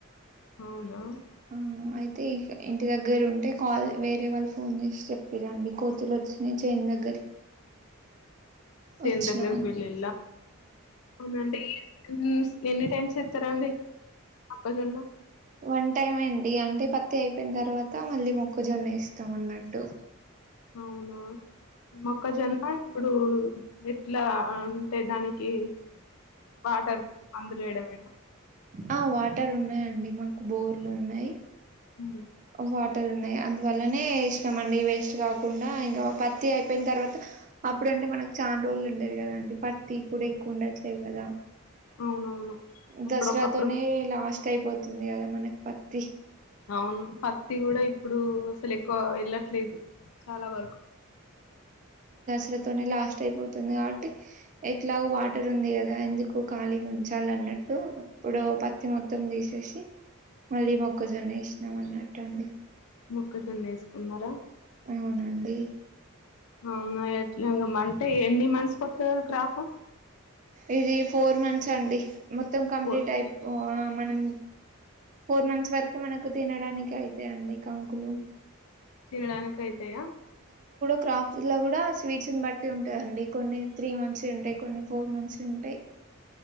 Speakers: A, on the left; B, on the right.
A: అవునా
B: ఆ అయితే ఈ ఇంటిద దగ్గర ఉంటే కాల్ వేరే వాళ్ళు ఫోన్ చేసి చెప్పిరండి కోతులు వచ్చినాయి చేన్ దగ్గర
A: చెన్
B: వచ్చినామండి
A: దగ్గరకి వెళ్ళిళ అవునండి ఎ ఎన్ని టైమ్స్ ఎస్తారా అండి మొక్కజొన్న
B: వన్ టైం అండి అంటే పత్తి అయిపోయిన తర్వాత మళ్ళీ మొక్కజొన్న వేస్తాం అన్నట్టు
A: అవునా మొక్కజొన్న ఇప్పుడు ఎట్ల అంటే దానికి వాటర్ మందులు వేయడంమేన
B: ఆ వాటర్ ఉన్నాయండి మాకు బోర్లు ఉన్నాయి
A: హూ
B: వాటర్ ఉన్నాయి అందువల్లనే ఎసినాం అండి వేస్ట్ కాకుండా ఇంకా పత్తి అయిపోయిన తర్వాత అప్పుడు అంటే మనకు చాలా రోజులు ఉండది కదండి పత్తి ఇప్పుడు ఎక్కువ ఉండట్లేదు కదా
A: అవునవును అప్పుడొకప్పుడు
B: దసరాతోనే లాస్ట్ అయిపోత స్తుంది కదా మనకి పత్తి
A: అవును పత్తి కూడా ఇప్పుడు లేక్కువ వెళ్ళట్లేదు చాలా వరకు
B: ఇలతోనే లాస్ట్ అయిపోతుంది కాబట్టి ఎట్లా వాటర్ ఉంది కదా ఎందుకు ఖాళీ ఉంచాల అన్నట్టు ఇప్పుడు పత్తి మొత్తం తీసేసి మళ్ళీ మొక్కజొన్న ఇసినాం అన్నట్టు అండి
A: మోక్కజొన్న వేస్తున్నారా
B: అవునండి
A: అవునా ఎట్లమ్ అంటే ఎన్ని మంత్స్కి వత్తది అది క్రాఫ్
B: ఇది ఫోర్ మంత్స్ అండి మో త్తం కంప్లీట్
A: ఫోర్.
B: అయిపో ఆ మనం ఫోర్ మంత్స్ వరకు మనకు తినడానికి అయితయి అండి కంకులు.
A: తినడానికి అయితయా?
B: క్రాఫ్స్ లో కూడా స్వీట్స్ బట్టి ఉంటాయండి కొన్ని త్రీ మంత్స్ ఉంటాయి కొన్ని ఫోర్ మంత్స్ ఉంటాయి.